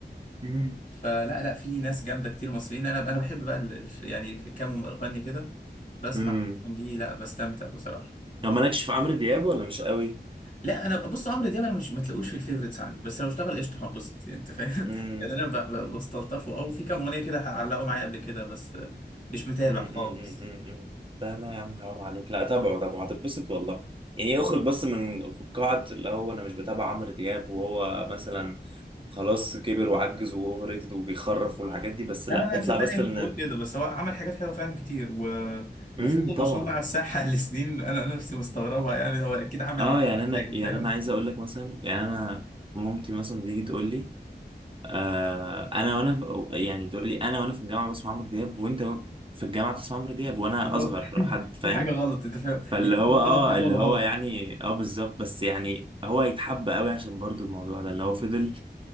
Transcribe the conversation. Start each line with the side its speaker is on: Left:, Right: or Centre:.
Right: مم.
Left: فلا لا في ناس جامده كتير مصريين انا انا بحب بقى ال... ال- يعني كام مغني كده بسمع
Right: مم.
Left: دي لا بستمتع بصراحه
Right: لو مالكش في عمرو دياب ولا مش قوي
Left: لا انا بص عمرو دياب انا مش ما تلاقوش في الفيفوريتس عندي بس لو اشتغل قشطه هنبسط يعني انت فاهم
Right: مم.
Left: <laughs> يعني انا ب- ب- بستلطفه او في كام اغنيه كده هعلقوا معايا قبل كده بس مش متابع
Right: مم،
Left: خالص
Right: مم، مم، مم، مم. لا لا يا عم حرام عليك لا تابعه تابعه هتتبسط والله يعني اخرج بس من فقاعة اللي هو انا مش بتابع عمرو دياب وهو مثلا خلاص كبر وعجز واوفر ريتد وبيخرف والحاجات دي بس
Left: لا
Right: لا
Left: لا لا
Right: اطلع
Left: صدقني
Right: بس
Left: مش
Right: من
Left: بقول
Right: ال...
Left: كده بس هو عمل حاجات حلوه فعلا كتير و... وفضل
Right: مم، طبعا
Left: ما شاء الله على الساحه <laughs> لسنين انا أنا نفسي مستغربها يعني هو اكيد عامل
Right: اه
Left: عنها
Right: يعني انا
Left: حاجه
Right: يعني
Left: فاهم
Right: انا عايز اقول لك مثلا يعني انا مامتي مثلا بتيجي تقول لي آه انا وانا في- يعني بتقول لي انا وانا في الجامعه بسمع عمرو دياب وانت في الجامعه بتسمع عمرو دياب وانا
Left: بالظبط
Right: اصغر
Left: <laughs>
Right: حد فاهم
Left: في حاجه غلط انت فاهم
Right: فاللي
Left: يا
Right: هو اه
Left: اما غلط يا اما
Right: اللي هو
Left: غلط
Right: يعني اه بالظبط بس يعني هو يتحب قوي عشان برضو الموضوع ده اللي هو فضل